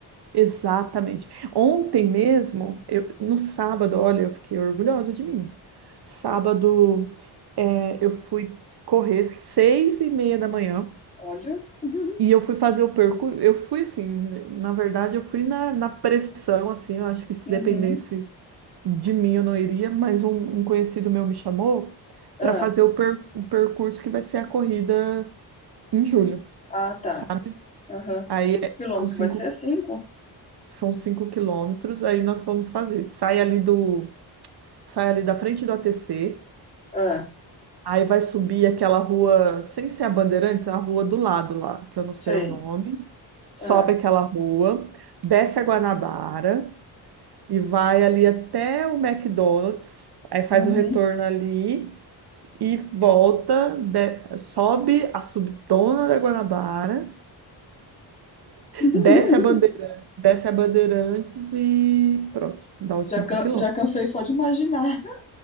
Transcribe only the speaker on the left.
Uhum.
Olha. <laughs>
Uhum.
Ah,
ah, tá.
Aham.
quilômetro
que vai ser? Cinco?
ah,
sei.
ah,
uhum.
<laughs>
Já,
can-
já cansei só de imaginar.